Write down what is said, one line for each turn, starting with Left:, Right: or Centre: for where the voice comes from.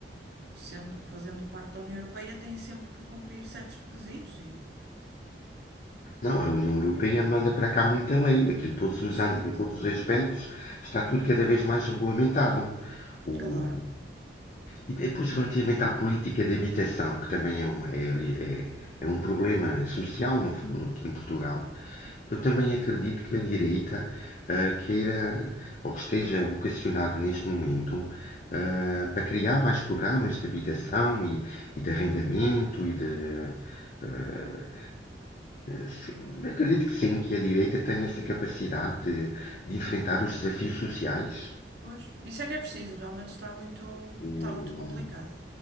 Right: sendo, fazendo parte da União Europeia, têm sempre que cumprir certos requisitos e
Left: Não, a União Europeia
Right: é,
Left: manda para cá muita lei. Aquilo todos os
Right: sim,
Left: anos, em
Right: exatamente.
Left: todos os aspectos, está tudo cada vez mais regulamentado. O-
Right: Claro.
Left: E depois, relativamente à política de habitação, que também é um, é ali- é- é um problema social, no fundo, aqui em Portugal, eu também acredito que a direita ah, queira, ou que esteja vocacionada neste momento, ah, para criar mais programas de habitação e, e de arrendamento e de, ah, Sim, acredito que sim, que a direita tem essa capacidade de, de enfrentar os desafios sociais.
Right: Pois, isso é que é preciso, realmente está muito,
Left: O-
Right: está muito complicado.